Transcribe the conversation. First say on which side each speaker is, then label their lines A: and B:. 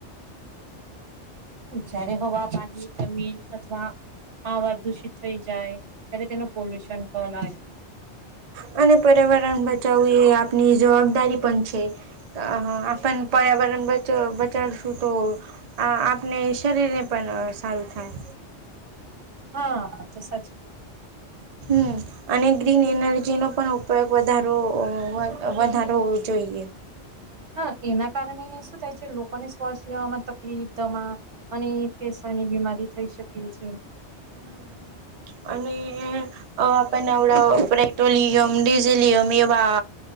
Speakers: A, on the right; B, on the right.
A: જય્યારે હવા, પાણી, જમીન અથવા. હાવા દૂષિત થઈ જાય ત્યારે તેનું પોલ્યુશન બનાય.
B: હ અને પર્યાવરણ બચાવવું એ આપની જવાબદારી પણ છે. અ આપણ પર્યાવરણ બચ બચાડશું તો. આ આપણે શરીરને પણ સારું થાય.
A: હા આ તો સાચી કીધું. તમે.
B: હમ્મ. અને ગ્રીન એનર્જીનો પણ ઉપયોગ વધારો વધારોવો જોઈએ.
A: હા એના કારણે શું થાય છે લોકોને શ્વાસ લેવામાં તક તકલીફ, દમા અને ફેસાની બીમારી થઈ શકે છે.
B: હમ્મ અને. અ એવડ પેટ્રોલિયમ ડીઝેલિયમ એવા